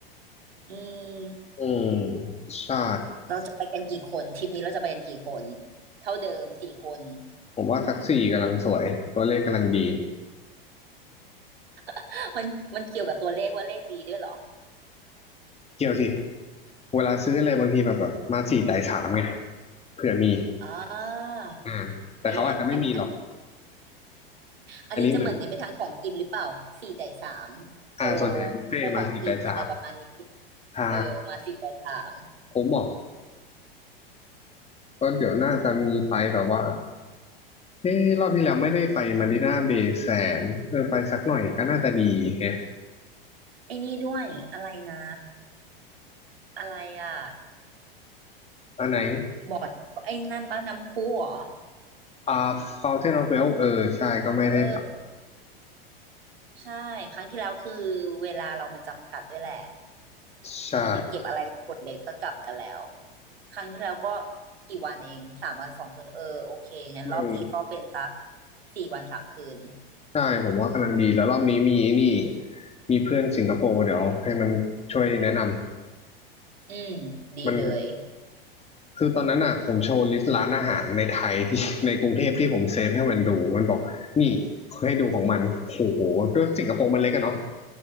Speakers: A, on the right; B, on the left.
A: อืม
B: อืมใช่
A: เราจะไปกันกี่คนทริปนี้เราจะไปกันกี่คน เท่าเดิมสี่คน
B: ผมว่าซักสี่กำลังสวยตัวเลขกำลังดี
A: <laughs> มันมันเกี่ยวกับตัวเลขว่าเลขดีด้วยเหรอ
B: เกี่ยวสิเวลาซื้ออะไรบางทีแบบแบบมาสี่จ่ายสามไงเผื่อมี
A: อ่า
B: อ่าแต่เขาอาจจะไม่มีหรอก
A: เอออันอันอันอันนี้จะเหมือนเน้นไปทางของกินหรือเปล่าสี่จ่ายสามโปร
B: อันนี้เหมือนอ่าส่วนใหญ่บุฟเฟ่ต์มาสี่จ่ายสาม
A: โปรของกินอะไรประมาณนี้
B: ใช่
A: เออมาสี่จ่ายสาม
B: ผมบอกก็เดี๋ยวน่าจะมีไปแบบว่า เอ้รอบที่แล้วไม่ได้ไปมารีนาเบย์แซนเออไปสักหน่อยก็น่าจะดีแฮะ
A: ไอ้นี่ด้วย อะไรนะอะไรอ่ะ
B: อันไหน
A: บ่อยไอ้นั่นบ้านน้ำพุเหรอ
B: อ่า Fountain of Wealth เออใช่ก็ไม่ได้ไป
A: เออใช่ครั้งที่แล้วคือเวลาเรามันจำกัดด้วยแหละ
B: ใช่
A: มันยังเก็บอะไรไม่หมดเลยก็กลับกันแล้วครั้งที่แล้วก็กี่วันเองสามวันสองคืนเออโอเคงั้นรอบนี้ก็เป็นสัก
B: อืม
A: สี่วันสามคืน
B: ใช่ผมว่ากำลังดีแล้วรอบนี้มีนี่มีเพื่อนสิงคโปร์เดี๋ยวให้มันช่วยแนะนำ
A: อืมดีเลย
B: มันคือตอนนั้นอ่ะผมโชว์ลิสต์ร้านอาหารในไทยที่ <laughs> ในกรุงเทพที่ผมเซฟให้มันดู มันบอกนี่ให้ดูของมันโอ้โหด้วยสิงคโปร์มันเล็กอะเนาะ